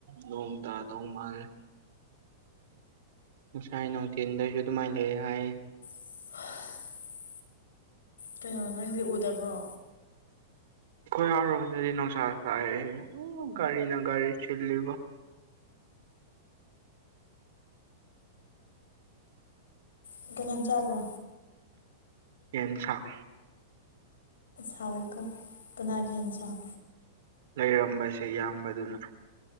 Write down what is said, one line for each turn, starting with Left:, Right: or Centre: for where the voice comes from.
Right: ꯅ‌ꯣꯡꯇꯥꯗ‌ꯣꯏ ꯃꯥꯜꯂ‌ꯦ꯫ ꯉꯁꯥꯏ ꯅꯨꯡꯊꯤꯟꯗꯒꯤ ꯑꯗꯨꯃꯥꯏꯅ ꯂꯩ ꯍꯥꯏꯌꯦ꯫
Left: ꯍꯥ ꯀꯩꯅꯣ ꯅꯪꯗꯤ ꯎꯗꯕ꯭ꯔꯣ
Right: ꯑꯩꯈꯣꯏꯍꯔꯣꯝꯗꯗꯤ ꯅꯨꯡꯁꯥ ꯁꯥꯏꯌ‌ꯦ ꯑ‌ꯨ ꯒꯥꯔꯤꯅ ꯒꯥꯔꯤ ꯆꯤꯜꯂꯤꯕ
Left: ꯀꯩ ꯍꯤꯖꯥꯡ ꯆꯥꯕ꯭ꯔꯣ
Right: ꯌꯦꯟꯁꯥꯡ
Left: ꯁꯥꯎꯏꯀ‌ꯣ ꯀꯅꯥꯒꯤꯍꯤꯟꯖꯥꯡ
Right: ꯂꯩꯔꯝꯕꯁꯦ ꯏꯌꯥꯝꯕꯗꯨꯅ